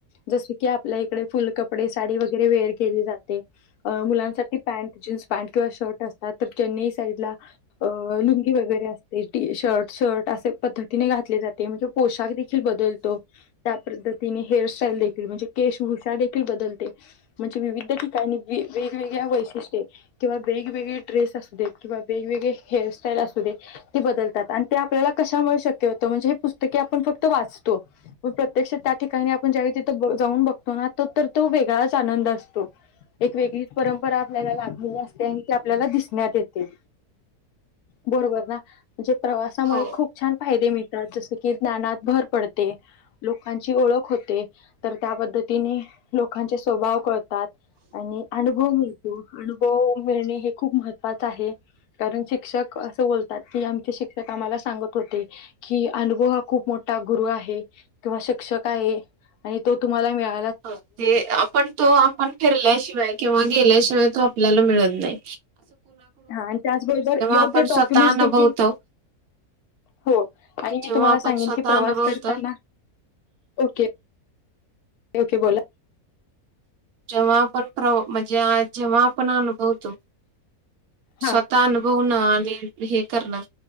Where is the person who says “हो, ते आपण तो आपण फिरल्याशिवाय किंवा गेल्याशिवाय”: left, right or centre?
Right